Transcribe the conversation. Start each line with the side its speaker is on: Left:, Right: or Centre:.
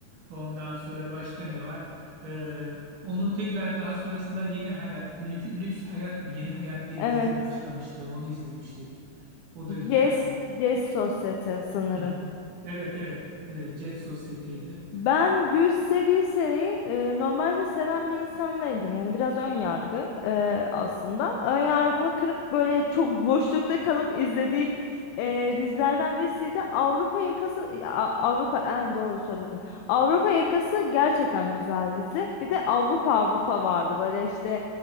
Right: Ondan sonra başka ne var? Ee, onun tekrar daha sonrasında Yeni Hayat, Lük- Lüks Hayat mı? Yeni Hayat diye
Left: Evet.
Right: bir dizi başlamıştı. Onu izlemiştik. O da güzeldi.
Left: yes yes sosyete sanırım.
Right: Hı hı. Evet evet. Ee, Jet Sosyete'ydi.
Left: Ben Gül Sebise'yi e, normalde seven bir insan değildim. Yani biraz ön yargı e, aslında. Ön yargımı kırıp böyle çok boşlukta kalıp izlediğim e, dizilerden birisiydi. Avrupa Yakası A- Avrupa en doğru söyledim. Avrupa Yakası gerçekten güzel dizi. Bir de Avrupa Avrupa vardı. Böyle işte